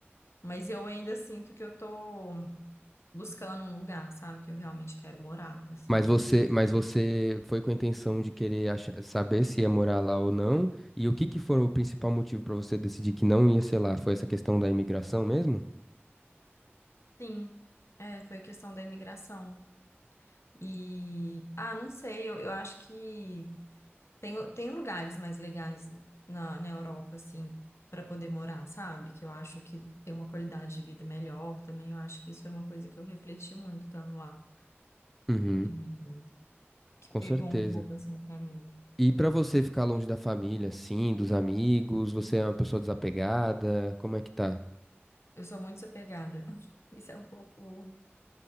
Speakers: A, on the left; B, in the centre.
A: Mas eu ainda sinto que eu tô buscando um lugar, sabe, que eu realmente quero morar, assim.
B: Mas você, mas você foi com a intenção de querer achar- saber se ia morar lá ou não? E o que que foi o principal motivo pra você decidir que não ia, sei lá, foi essa questão da imigração mesmo?
A: Sim, é, foi questão da imigração. E, ah, não sei, eu, eu acho que Tem, tem lugares mais legais na, na Europa, assim, para poder morar, sabe? Que eu acho que tem uma qualidade de vida melhor também. Eu acho que isso é uma coisa que eu refleti muito estando lá,
B: Uhum,
A: eh, que
B: com
A: pegou
B: certeza.
A: um pouco, assim, para mim.
B: E pra você ficar longe da família, assim, dos amigos, você é uma pessoa desapegada, como é que tá?
A: Eu sou muito desapegada. <laughs> Isso é um pouco